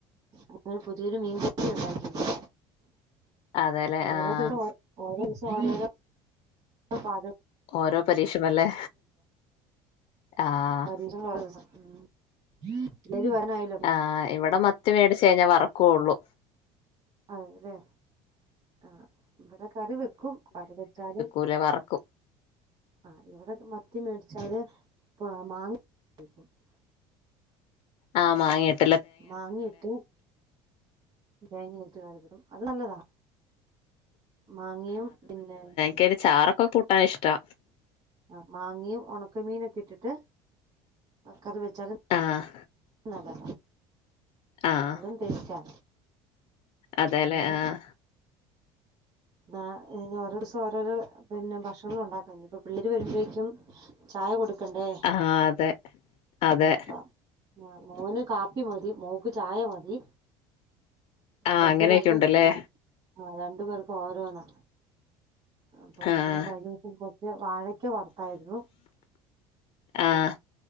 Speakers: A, on the right; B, on the left.
A: അങ്ങനെ പുതിയൊരു മീൻകറി ഉണ്ടാക്കില്ലേ.
B: അതെല്ലേ
A: ഓരോ
B: ആഹ്
A: ദിവസം ഓരോ ദിവസം ഓരോരോ പാചകം
B: ഓരോ പരീക്ഷണല്ലേ, ആഹ്
A: പരീക്ഷണങ്ങൾ ഓരോ ദിവസം ആഹ്, പിള്ളേര് പറഞ്ഞമാരി
B: ആഹ് ഇവിടെ മത്തി മേടിച്ച് കഴിഞ്ഞാ വറക്കൊള്ളു.
A: അതെല്ലേ, ആഹ് ഇവിടെ കറി വെക്കും. കറി വെച്ചാലും
B: പിന്നെ വറക്കും.
A: ആഹ് ഇവിടെക്കെ മത്തി മേടിച്ചാല് ഇപ്പ മാങ്ങ <unintelligible>
B: ആഹ് മാങ്ങേടും
A: മാങ്ങയിട്ട് തേങ്ങയിട്ട് കറിവെക്കും. അത് നല്ലതാ മാങ്ങയും പിന്നെ
B: ക്കേലെ ചാറൊക്കെ കൂട്ടാനിഷ്ടാ
A: ആഹ് മാങ്ങയും ഒണക്കമീനൊക്കെ ഇട്ടിട്ട് കറി വെച്ചാലും
B: ആഹ്
A: അതെ
B: ആഹ്
A: അതും തെറ്റാ
B: അതെല്ലേ
A: അങ്ങനെ
B: ആഹ്
A: ആഹ് ഇങ്ങനെ ഓരോ ദിവസം ഓരോരോ പിന്നെ ഭക്ഷണൊണ്ടാക്കും. അപ്പ പിള്ളേര് വരുമ്പഴേക്കും ചായ കൊടുക്കണ്ടേ
B: ആഹ് അതെ അതെ
A: ആഹ് ആഹ് ആഹ് മോന് കാപ്പി മതി മോക്ക് ചായ മതി
B: ആഹ്
A: രണ്ടു
B: അങ്ങനെയൊക്കെയുണ്ടല്ലേ.
A: പേർക്കും ആഹ് ആഹ് രണ്ടു പേർക്കും ഓരോന്നാ. അപ്പപിന്നെ
B: ആഹ്
A: ഞാൻ കഴിഞ്ഞോസം വാഴക്ക വറത്തായിരുന്നു അപ്പം
B: ആഹ്